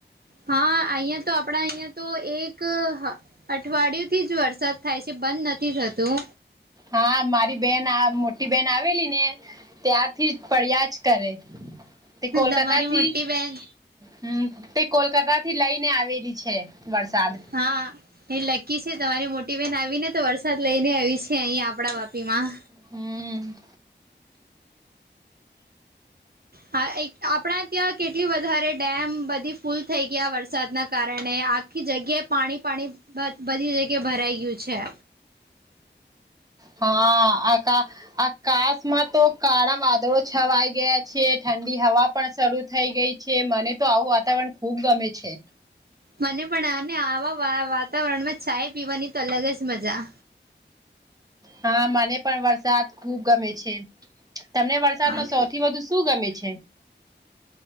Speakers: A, on the right; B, on the right.
A: હા અહિયાં તો આપણા અહિયાં તો એક અઠવાડિયું થી જ વરસાદ થાય છે બંધ નથી થતું.
B: હા મારી બેન આ મોટી બેહેન આવેલી ને. ત્યારથી પડ્યા જ કરે, તે કોલકાતા
A: તમારી
B: થી
A: મોટી બેહેન
B: હમ તે કોલકાતા થી લઈને આવેલી છે વરસાદ.
A: હા. એ લકી છે તમારી મોટી બહેન આવી ને તો વરસાદ લઈ ને આવી છે અહીયા આપડા વાપી માં.
B: હમ.
A: હા એક આપણા ત્યાં કેટલી વધારે ડેમ બધી ફૂલ થઈ ગયા વરસાદના કારણે, આ ખી જગ્યાએ પાણી પાણી બધી જગ્યા ભરાઈ ગયું છે.
B: હા આકા આકાશમાં તો કાળા વાદળો છવાઈ ગયા છે ઠંડી હવા પણ શરૂ થઈ ગઈ છે મને તો આવું વાતાવરણ ખુબ ગમે છે.
A: મને પણ આને આવા વા વાતાવરણમાં ચાય પીવાની તો અલગ જ મજા.
B: હા મને પણ વરસાદ ખુબ ગમે છે. તમને વરસાદમાં
A: આમ
B: સૌથી વધુ શું ગમે છે?